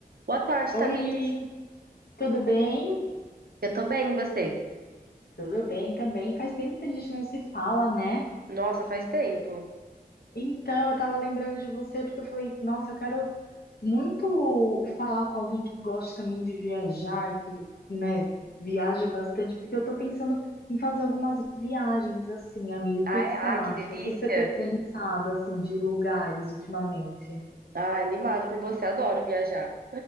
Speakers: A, on the right; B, on the left.
A: Boa tarde,
B: Oi,
A: Tamires.
B: tudo bem?
A: Eu tô bem, e você?
B: Tudo bem também. Faz tempo que a gente não se fala, né?
A: Nossa, faz tempo.
B: Então, eu tava lembrando de você porque eu falei, nossa, eu quero muito falar com alguém que gosta também de viajar, que, né, viaja bastante, porque eu tô pensando em fazer algumas viagens assim, amiga. O
A: Ai,
B: que que você
A: ai,
B: acha?
A: que delícia.
B: O que que você tem pensado assim de lugares ultimamente?
A: Ai, animado por você, adoro viajar.